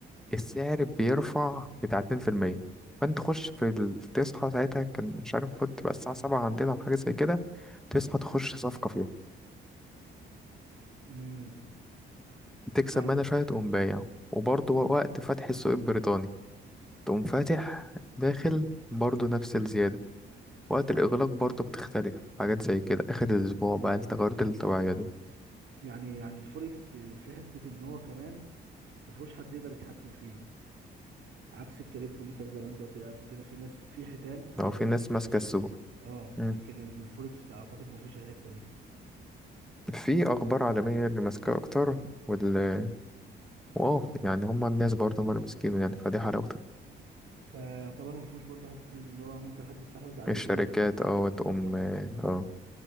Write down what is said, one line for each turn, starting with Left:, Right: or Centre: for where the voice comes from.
Centre: السعر بيرفع بتاع 2% فانت تخش في ال... تصحى ساعتها كان مش عارف المفروض تبقى الساعة سبعة عندنا أو حاجة زي كده تصحى تخش صفقة فيها
Right: امم
Centre: تكسب
Right: يعني
Centre: منها شوية تقوم بايع وبرضه وقت فتح السوق البريطاني تقوم فاتح داخل برضه نفس الزيادة وقت
Right: آه.
Centre: الإغلاق برضه بتختلف حاجات زي كده آخر الأسبوع بقى التغيرات الطبيعية دي
Right: يعني يعني الفوركس في حته ان هو كمان ما فيهوش حد يقدر يتحكم فيه عكس الكريبتو مثلا زي ما انت قلت لي قبل كده في ناس في حيتان فهي
Centre: لو في ناس
Right: بتقدر
Centre: ماسكة السوق
Right: اه
Centre: مم.
Right: لكن الفوركس اعتقد ما فيش الحته دي
Centre: في أخبار عالمية اللي ماسكة أكتر وال واو يعني هما الناس برضه هما اللي ماسكينه يعني فدي حلاوة
Right: فيعتبر ما فيهوش برضه حد اللي هو ممكن حد يستحوذ عليه
Centre: الشركات
Right: وكده او يتحكم
Centre: اه
Right: فيه
Centre: وتقوم
Right: اه
Centre: اه